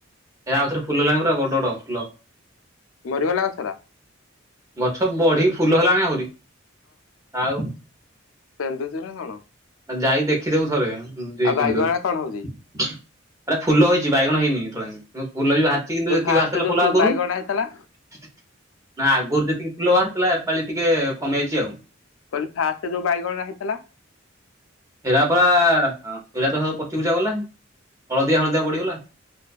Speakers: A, on the right; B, on the left.
A: ଏରା ଆଉଥରେ ଫୁଲ ହେଲାଣି ପୁରା ବଡ ବଡ଼ ଫୁଲ।
B: ମରିଗଲା ଗଛଗୁରା?
A: ଗଛ ବଢିକି ଫୁଲ ହେଲାଣି ଆହୁରି ଆଉ।
B: ପିନ୍ଦୁଛୁ ନା କଣ?
A: ଯାଇ ଦେଖିଦେବୁ ଥରେ ଉଁ ଦିଇ
B: ଆଉ
A: କେନ୍ଦୁ
B: ବାଇଗଣ କଣ ହଉଛି
A: ଆରେ ଫୁଲ ହେଇଚି ବାଇଗଣ ହେଇନି ଏତୋଳା ଫୁଲ ବି ବାହାରିଚି କିନ୍ତୁ
B: ଯୋଉ
A: ଯେତିକି
B: ଫାଷ୍ଟ
A: ବାହାରଥିଲା
B: ଯୋଉ
A: ଫୁଲ ଆଗରୁ।
B: ବାଇଗଣ
A: ନା
B: ହେଇଥିଲା
A: ଆଗରୁ ଯେତିକି ଫୁଲ ବାହାରିଥିଲା ଏ ପାଳି ଟିକେ କମିଯାଇଛି ଆଉ।
B: କହିଲି ଫାଷ୍ଟେ ଯୋଉ ବାଇଗଣ ଗୁରା ହେଇଥିଲା।
A: ହେରା ପୁରା ହଁ ହେରା ତ ସବୁ ପଚି ପୁଚା ଗଲା ହଳଦିଆ ହଳଦିଆ ପଡିଗଲା।